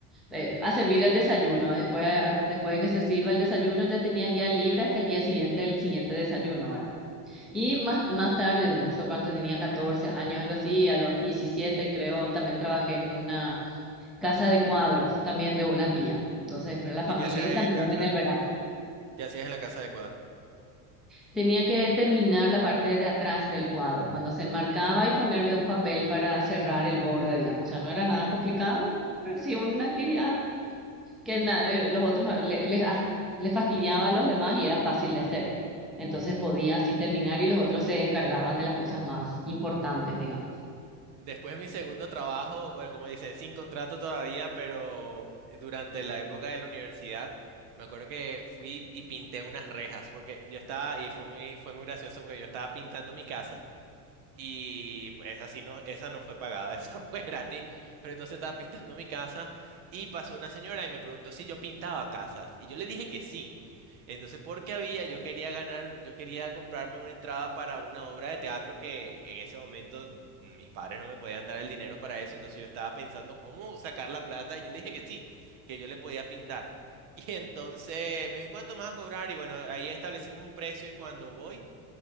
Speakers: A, in the centre; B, on the right.
A: eh, a servir el desayuno, después, ah, después de que se sirva el desayuno, ya tenía el día libre hasta el día siguiente, el siguiente desayuno ahora. Y más, más tarde, eso cuando tenía 14 años, algo así, a los 17 creo, también trabajé en una casa de cuadros, también de una tía. Entonces, pero la familia
B: ¿Y qué hacías
A: y
B: en
A: también
B: el casa,
A: en el verano.
B: qué hacías en la casa de cuadro?
A: Tenía que terminar la parte de atrás del cuadro, cuando se enmarcaba y ponerle un papel para cerrar el borde, digamos. O sea, no era nada complicado, pero sí una actividad que na- eh, los otros eh, le- les, ah, les fastidiaba a los demás y era fácil de hacer. Entonces podía así terminar y los otros se encargaban de las cosas más importantes, digamos.
B: Después mi segundo trabajo, bueno, como dice, sin contrato todavía, pero durante la época de la universidad, me acuerdo que fui y pinté unas rejas, porque yo estaba, y fue muy, fue muy gracioso porque yo estaba pintando mi casa. Y esa sí no, esa no fue pagada, <laughs> esa fue gratis. Pero entonces estaba pintando mi casa y pasó una señora y me preguntó si yo pintaba casas. Y yo le dije que sí. Entonces, porque había, yo quería ganar, yo quería comprarme una entrada para una obra de teatro que en ese momento mis padres no me podían dar el dinero para eso. Entonces yo estaba pensando cómo sacar la plata y yo le dije que sí, que yo le podía pintar. <laughs> Y entonces me dijo, ¿cuánto me vas a cobrar? Y bueno, ahí establecimos un precio y cuando voy...